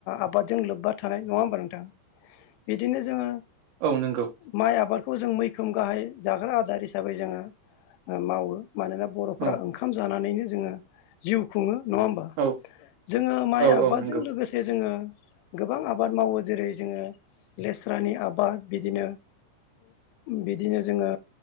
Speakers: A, on the left; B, on the right.
A: आबादजों लोब्बा थानाय नङा होमबा नोंथां? बिदिनो जोङो
B: औ नंगौ
A: माइ आबाद खौ जों मैखोम गाहाय जाग्रा आदार हिसाबै जोङो ओ मावो। मानोना बर'फोरा
B: औ
A: ओंखाम जानानैनो जोङो जिउ खुङो। नङा होमबा
B: औ
A: जोङो माइ
B: औ
A: आबादजों
B: औ नंगौ
A: लोगोसे जोङो गोबां आबाद मावो जेरै जोङो लेस्रानि आबाद बिदिनो बिदिनो जोङो